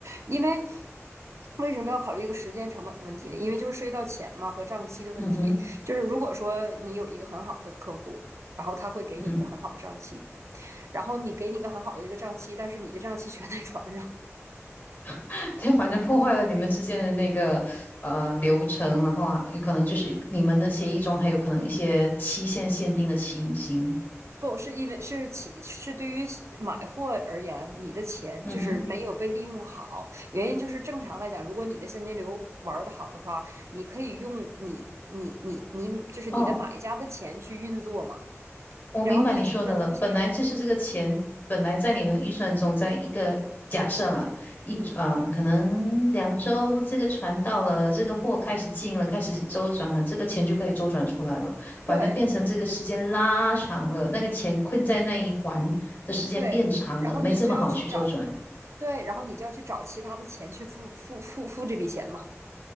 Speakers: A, on the right (about 65°); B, on the left (about 40°).
A: 因为为什么要考虑一个时间成本的问题呢？因为就是涉及到钱嘛和账期的问题，
B: 嗯哼，
A: 就是如果说你有一个很好的客户。然后他会给你一个很好的账期，
B: 嗯，
A: 然后你给你一个很好的一个账期，但是你的账期全在船上，
B: <laughs> 就反正破坏了你们之间的那个呃流程，然后啊有可能就是你们的协议中还有可能一些期限限定的情形。
A: 不是因为是起是对于买货而言，你的钱就是没有被利用好。
B: 嗯哼，
A: 原因就是正常来讲，如果你的现金流玩得好的话，你可以用你你你你就是你的买家的钱去运作嘛。
B: 哦。我明白你说的了，
A: 然后你这个东西，
B: 本来就是这个钱，本来在你们的预算中，在一个假设啦，一啊、
A: 嗯，
B: 呃可能两周这个船到了，这个货开始进了，开始周转了，这个钱就可以周转出来了。反正变成这个时间拉长了，
A: 对
B: 那个钱困在那一环的时间变长了，
A: 对，然后你就要去找，
B: 没这么好去周转。
A: 对，然后你就要去找其他的钱去付付付付这笔钱嘛。